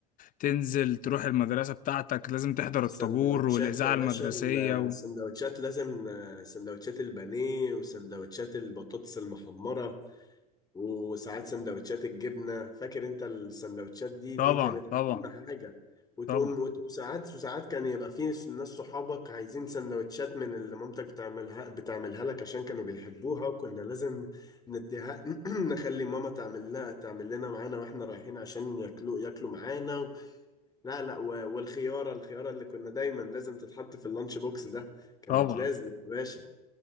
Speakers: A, on the left; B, on the left.
A: تنزل تروح المدرسة بتاعتك لازم تحضر
B: السندوتشات
A: الطابور والإذاعة
B: يا باشا
A: المدرسية
B: ال- السندوتشات
A: و...
B: لازم آه، سندوتشات البانيه وسندوتشات البطاطس المحمرة وساعات سندوتشات الجبنة فاكر انت السندوتشات دي
A: طبعا
B: دي كانت
A: طبعا
B: اهم حاجة وتقوم
A: طبعا
B: وت- وساعات وساعات كان يبقى في ناس ناس صحابك عايزين سندوتشات من اللي مامتك بتعملها بتعملها لك عشان كانوا بيحبوها وكنا لازم نديها <clears throat> نخلي ماما تعمل لنا تعمل لنا معانا واحنا رايحين عشان ياكلوا ياكلوا معانا و... لا لا و... والخيارة الخيارة اللي كنا دايما لازم تتحط في اللانش بوكس ده كانت
A: طبعا
B: لازم يا باشا